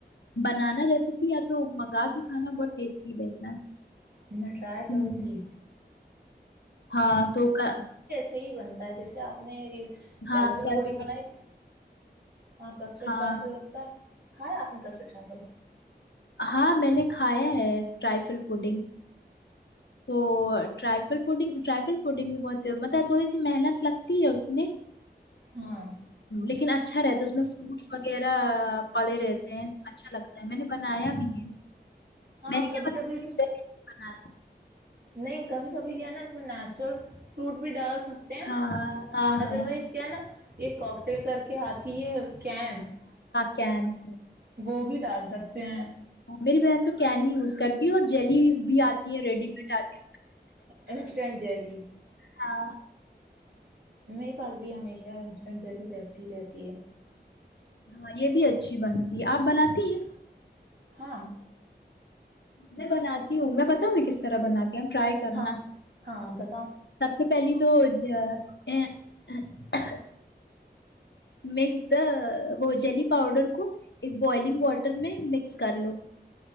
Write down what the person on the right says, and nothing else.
میں ٹرائی کروں
گی
صحیح بنتا ہے جیسے آپ نے پیرمے
پوڑ گ ن ہاں کس
ٹراف ہوتا ہے ہاں اپن کسے چٹاول
ہاں
ہاں
کبھی
کبھی اس میں
نہیں کبھی کبھی کیا نا اس میں نیچرل فروٹ بھی ڈال سکتے ہیں
ادر
وائز کیا ہے نا یہ کاکٹیل کر کے آتی ہے کین
وہ بھی ڈال سکتے ہیں
انسٹین جیلی
میرے پاس بھی ہمیشہ انسٹنٹ جیلی رہتی ہی رہتی ہے
ہاں
ہاں ہاں بتاؤ